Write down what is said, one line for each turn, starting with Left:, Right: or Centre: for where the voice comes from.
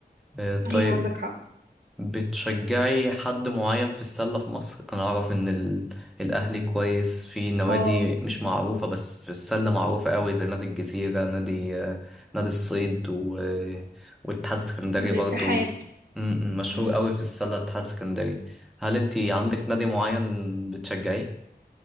Centre: أه، طيب
Right: ايوه عندك حق
Centre: بتشجعي حد معين في السلة في مصر؟ أنا أعرف إن ال... الأهلي كويس في نوادي
Right: اه
Centre: مش معروفة بس في السلة معروفة قوي زي نادي الجزيرة نادي آه، نادي الصيد و... والاتحاد السكندري
Right: الاتحاد
Centre: برضو م- م، مشهور
Right: امم
Centre: قوي في السلة الاتحاد السكندري هل أنتي عندك
Right: امم
Centre: نادي معين بتشجعيه؟